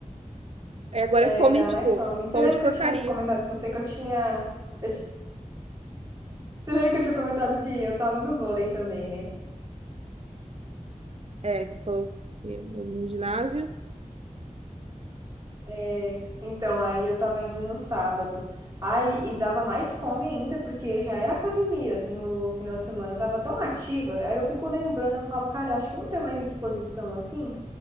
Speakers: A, on the right (about 50°); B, on the right (about 30°).
A: É, agora
B: É,
A: é fome
B: dá
A: de,
B: mais
A: tipo,
B: fome. Você
A: fome
B: lembra
A: de porcaria.
B: que eu tinha comentado com você que eu tinha... Eu, ti- você lembra que eu tinha comentado que eu tava no vôlei também, né?
A: É, que você falou que no ginásio.
B: É, então, aí eu tava indo no sábado. Aí, e dava mais fome ainda, porque eu já era academia no final de semana. Eu tava tão ativa. Aí eu fico lembrando, eu falo, cara, eu acho que eu não tenho mais disposição assim.